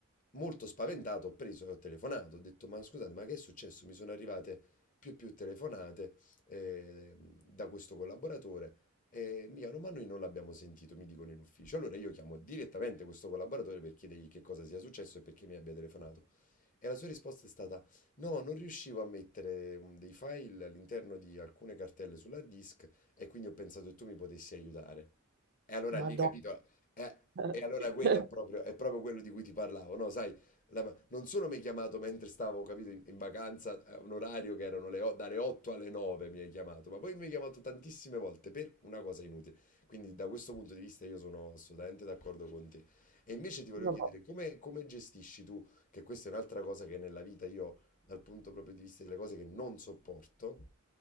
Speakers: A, on the left (about 40°); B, on the right (about 50°).
A: molto spaventato, ho preso e ho telefonato, ho detto, ma scusate, ma che è successo? Mi sono arrivate più e più telefonate eh, da questo collaboratore e mi chiamano, ma noi non l'abbiamo sentito, mi dicono in ufficio. Allora io chiamo direttamente questo collaboratore per chiedergli che cosa sia successo e perché mi abbia telefonato. E la sua risposta è stata: No, non riuscivo a mettere mm, dei file all'interno di alcune cartelle sull'hard disk e quindi ho pensato che tu mi potessi aiutare. E allora
B: Madonna.
A: lì, capito? eh,
B: <laughs>
A: e allora quello è proprio, è proprio quello di cui ti parlavo, no? Sai, la- non solo mi hai chiamato mentre stavo, capito, in, in vacanza, a un orario che erano le o- dalle 8 alle 9 mi hai chiamato, ma poi mi hai chiamato tantissime volte per una cosa inutile. Quindi da questo punto di vista io sono assolutamente d'accordo con te. E invece ti volevo
B: Vabbè.
A: chiedere come, come gestisci tu che questa è un'altra cosa che nella vita io, dal punto proprio di vista delle cose che non sopporto,